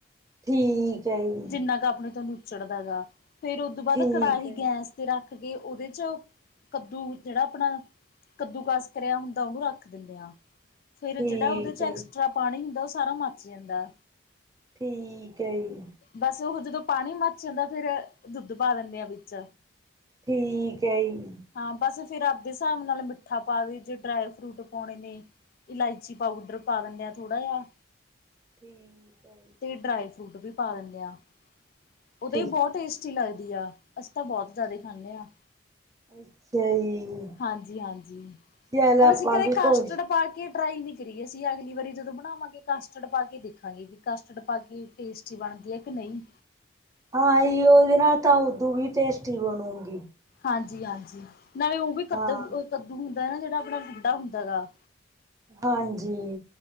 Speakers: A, on the right; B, on the left.
A: ਠੀਕ ਹੈ ਜੀ।
B: ਕਿੰਨਾ ਕੁ ਆਪਣੇ ਤੁਹਾਨੂੰ ਉੱਚੜਦਾ ਹੇਗਾ, ਫੇਰ ਉਹ ਤੋਂ ਬਾਅਦ
A: ਠੀਕ
B: ਕੜਾਹੀ
A: ਹੈ
B: ਗੈਸ ਤੇ ਰੱਖ ਕੇ ਉਹਦੇ ਚ' ਕੱਦੂ ਜਿਹੜਾ ਆਪਣਾ ਕੱਦੂ ਕਸ ਕਰਿਆ ਹੁੰਦਾ ਉਹਨੂੰ ਰੱਖ ਦਿੰਦੇਿਆ। ਫੇਰ
A: ਠੀਕ
B: ਜਿਹੜਾ ਉਹਦੇ ਚ'
A: ਹੈ
B: ਐਕਸਟਰਾ ਪਾਣੀ ਹੁੰਦਾ, ਉਹ ਸਾਰਾ ਮੱਚ ਜਾਂਦਾ।
A: ਠੀਕ ਹੈ ਜੀ।
B: ਬਸ ਉਹ ਜਦੋਂ ਪਾਣੀ ਮਰਚ ਜਾਂਦਾ, ਫੇਰ ਦੁੱਧ ਪਾ ਦਿੰਦੇ ਆ ਵਿੱਚ।
A: ਠੀਕ ਹੈ ਜੀ।
B: ਹਾਂ, ਬਸ ਫੇਰ ਆਪਦੇ ਹਿਸਾਬ ਨਾਲ ਮਿੱਠਾ ਪਾ ਦੇ, ਜੇ ਡਰਾਈ ਫਰੂਟ ਪਾਉਣੇ ਨੇ, ਇਲਾਇਚੀ ਪਾਊਡਰ ਪਾ ਦਿੰਦੇ ਆ ਥੋੜ੍ਹਾ ਜਿਹਾ,
A: ਠੀਕ ਹੈ
B: ਤੇ ਡਰਾਈ ਫਰੂਟ ਵੀ ਪਾ ਦਿੰਦੇ ਹਾਂ, ਉਹਦੇ
A: ਠੀਕ
B: ਹੀ ਬਹੁਤ ਟੇਸਟੀ ਲੱਗਦੀ ਆ ਅਸੀਂ ਤਾਂ ਬਹੁਤ ਜ਼ਿਆਦਾ
A: ਠੀਕ
B: ਖਾਂਦੇ ਹਾਂ।
A: ਅੱਛਾ ਜੀ।
B: ਹਾਂਜੀ- ਹਾਂਜੀ।
A: ਚੱਲ
B: ਪਰ
A: ਆਪਾਂ
B: ਅਸੀਂ ਕਦੇ
A: ਵੀ
B: ਕਾਸਟਡ
A: ਕੋਸ਼
B: ਪਾ ਕੇ ਟਰਾਈ ਨਹੀਂ ਕਰੀਏ ਅਸੀਂ, ਅਗਲੀ ਵਾਰੀ ਜਦੋਂ ਬਣਾਵਾਂਗੇ ਕਸਟਰਡ ਪਾ ਕੇ ਦੇਖਾਂਗੇ, ਵੀ ਕਸਟਰਡ ਪਾ ਕੇ ਟੇਸਟੀ ਬਣਦੀ ਹੈ ਕਿ ਨਹੀਂ।
A: ਹਾਂ, ਹੀ ਉਹ ਜਾ ਨਾ ਤਾਂ ਉਦੋਂ ਵੀ ਟੇਸਟੀ ਬਣੂਗੀ।
B: ਹਾਂਜੀ- ਹਾਂਜੀ। ਨਾਲੇ ਉਹ ਵੀ ਕੱਦੂ,
A: ਹਾਂ
B: ਕੱਦੂ ਹੁੰਦਾ ਨਾ ਜਿਹੜਾ ਆਪਣਾ ਗੁੰਡਾ ਹੁੰਦਾ ਹੇਗਾ।
A: ਹਾਂਜੀ।